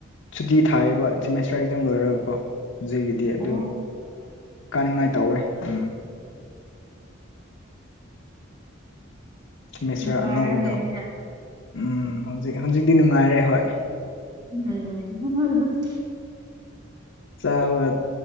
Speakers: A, on the left (about 75°); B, on the right (about 20°).
A: ꯁꯨꯇꯤ ꯊꯥꯏꯕ ꯁꯦꯃꯦꯁꯇ꯭ꯔꯔ ꯑꯦꯛꯖꯥꯝ ꯂꯣꯏꯔꯔꯕꯀꯣ ꯖꯤꯒꯤꯗꯤ ꯑꯗꯨ
B: ꯑꯣ
A: ꯀꯥꯅꯤꯡꯉꯥꯏ ꯇꯧꯋꯦ ꯎꯝ ꯁꯦꯃꯦꯁꯔ
B: ꯅꯨꯡꯉꯥꯏꯔ
A: ꯑꯅꯧꯕꯗꯣ
B: ꯂꯩꯔꯤꯅꯦ
A: ꯎꯝ ꯍꯧꯖꯤꯛ ꯍꯧꯖꯤꯛꯇꯤ ꯅꯨꯡꯉꯥꯏꯔꯦ ꯍꯣꯏ
B: ꯑ
A: ꯆꯥꯔꯒ